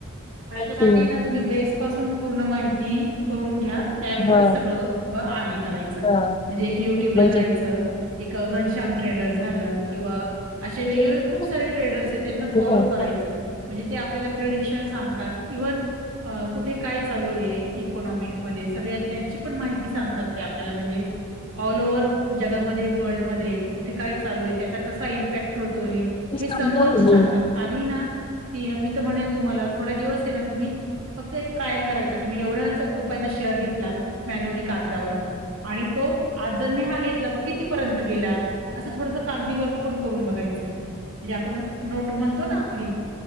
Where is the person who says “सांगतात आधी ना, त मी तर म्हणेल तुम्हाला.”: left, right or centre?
Right